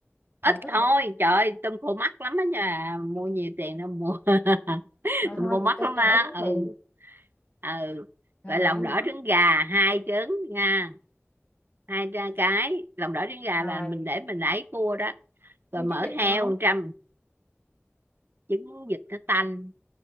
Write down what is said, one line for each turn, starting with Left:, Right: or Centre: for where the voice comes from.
Right: ít
Left: Rồi ít
Right: thôi
Left: rồi. đúng.
Right: trời ơi, tôm khô mắc lắm đó nha mua nhiều tiền đâu mua <laughs>
Left: Rồi
Right: tôm
Left: thôi
Right: khô
Left: vậy
Right: mắc
Left: cho,
Right: lắm
Left: cho
Right: á
Left: đỡ tốn
Right: ừ
Left: tiền.
Right: ừ
Left: Rồi
Right: rồi
Left: gọi
Right: lòng
Left: gì
Right: đỏ
Left: nữa?
Right: trứng gà hai trứng nha hai ra cái lòng đỏ trứng gà
Left: Rồi,
Right: là mình để mình ấy cua đó rồi
Left: mua
Right: mỡ
Left: trứng vịt được
Right: heo
Left: không?
Right: 100 trứng vịt cái tanh